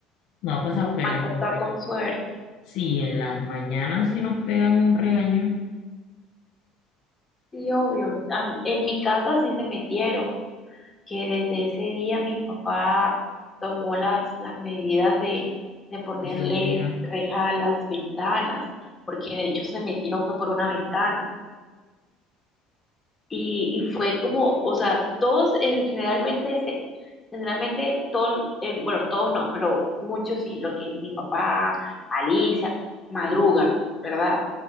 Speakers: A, on the left; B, on the left.
A: no ha pasado, pero
B: han
A: en
B: contado
A: la mañana.
B: con suerte.
A: Sí, en las mañanas sí nos pegan un regaño
B: Sí, obvio. A En mi casa sí se metieron, que desde ese día mi papá tomó las, las medidas de, de ponerle
A: de seguridad.
B: reja a las ventanas, porque de hecho se metieron que por una ventana. Y, y fue como, o sea, todos eh, generalmente, ese- generalmente todo, eh, bueno, todos no, pero muchos sí, lo que es mi papá, Alicia, madrugan, ¿verdad?